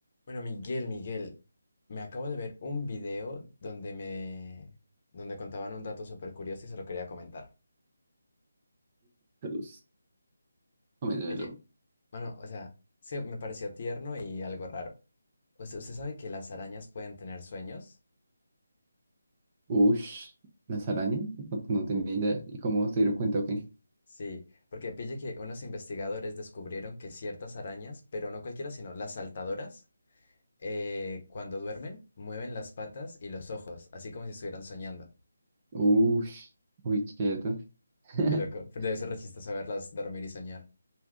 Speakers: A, on the left; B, on the right.
A: Bueno, Miguel, Miguel, me acabo de ver un video donde me, donde contaban un dato súper curioso y se lo quería comentar.
B: Saludos. Cométemelo.
A: Oye, mano, o sea, sí, me pareció tierno y algo raro. ¿Usted, usted sabe que las arañas pueden tener sueños?
B: Ush, las arañas, no, no tenía idea. ¿Y cómo se dieron cuenta? Ok.
A: Sí, porque pille que unos investigadores descubrieron que ciertas arañas, pero no cualquiera, sino las saltadoras, eh, cuando duermen, mueven las patas y los ojos, así como si estuvieran soñando.
B: Ush, uy, quieto. <laughs>
A: Qué loco, pero debe ser re chistoso verlas dormir y soñar.